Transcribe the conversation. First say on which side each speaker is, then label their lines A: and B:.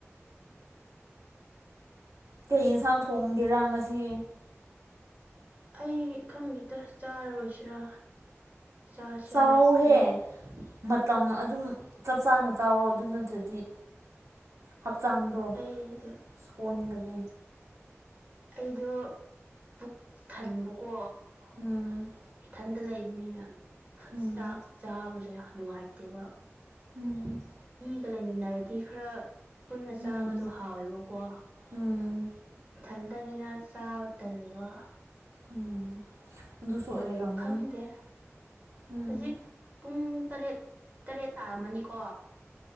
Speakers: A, on the right; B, on the right.
A: ꯀꯩ ꯌꯦꯟꯁꯥꯡ ꯊꯣꯡꯒꯦꯔꯥ ꯉꯁꯤ
B: ꯑꯩ ꯈꯪꯗꯦꯗ ꯆꯥꯔꯔꯣꯏꯁꯤꯔꯥ ꯆꯥꯁꯤꯔꯥ
A: ꯆꯥꯎꯍꯦ
B: ꯑꯩ
A: ꯃꯇꯝ ꯑꯗꯨꯝ ꯆꯞ ꯆꯥꯅ ꯆꯥꯎꯋꯣ ꯑꯗꯨ ꯅꯠꯇ꯭ꯔꯗꯤ ꯍꯛꯆꯥꯡꯗꯣ
B: ꯑꯩꯗꯣ
A: ꯁꯣꯟꯒꯅꯤ
B: ꯑꯩꯗꯣ ꯄꯨꯛ ꯊꯟꯕꯀꯣ
A: ꯎꯝ
B: ꯏꯊꯟꯇ ꯂꯩꯕꯅꯤꯅ
A: ꯎꯝ
B: ꯆꯥꯛ ꯆꯥꯕꯁꯦ ꯅꯨꯡꯉꯥꯏꯇꯦꯕ
A: ꯎꯝ
B: ꯇ ꯂꯩꯃꯤꯟꯅꯔꯗꯤ ꯈꯔ ꯄꯨꯟꯅ ꯆꯥꯕꯗꯣ
A: ꯎꯝ
B: ꯍꯥꯎꯋꯦꯕꯀꯣ
A: ꯎꯝ
B: ꯏꯊꯟꯇꯅꯤꯅ ꯆꯥꯕ ꯇꯜꯂꯦꯕ
A: ꯎꯝ ꯑꯗꯨꯁꯨ
B: ꯑꯗꯨ
A: ꯑꯣꯏꯔꯝꯒꯅꯤ
B: ꯈꯪꯗꯦ
A: ꯎꯝ
B: ꯍꯖꯤꯛ ꯄꯨꯡ ꯇꯔꯦꯠ ꯇꯔꯦꯠ ꯇꯥꯔꯝꯃꯅꯤꯀꯣ